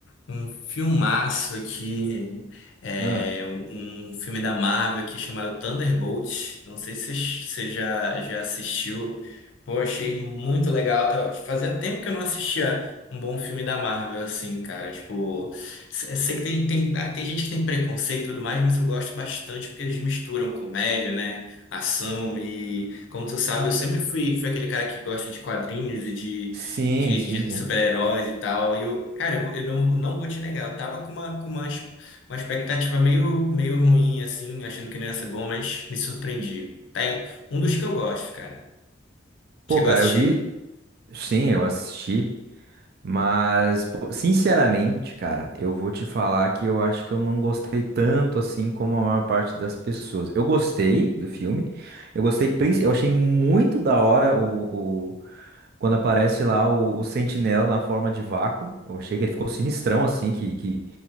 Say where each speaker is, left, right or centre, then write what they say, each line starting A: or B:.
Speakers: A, on the left; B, on the right.
A: um filmaço aqui, é,
B: Ah,
A: um, um filme da Marvel aqui chamado Thunderbolt. Não sei se você já, já assistiu. Pô, achei muito legal. Tava- Fazia tempo que eu não assistia um bom filme da Marvel, assim, cara. Tipo, se- sei que tem, tem, ah, tem gente que tem preconceito e tudo mais, mas eu gosto bastante porque eles misturam comédia, né? ação e, como tu sabe, eu sempre fui, fui aquele cara que gosta de quadrinhos e de,
B: sim,
A: de,
B: sim.
A: de super-heróis
B: é.
A: e tal. E eu, cara, eu, eu não, não vou te negar, eu tava com uma, com uma, ex- uma expectativa meio, meio ruim, assim, achando que não ia ser bom, mas me surpreendi. Tá em um dos que eu gosto, cara.
B: Pô,
A: Chegou
B: cara,
A: a assistir?
B: eu vi. Sim, eu assisti. Mas, pô, sinceramente, cara, eu vou te falar que eu acho que eu não gostei tanto assim como a maior parte das pessoas. Eu gostei do filme. Eu gostei, princ- eu achei muito da hora o, o- quando aparece lá o, o Sentinela na forma de vácuo. Eu achei que ele ficou sinistrão assim, que que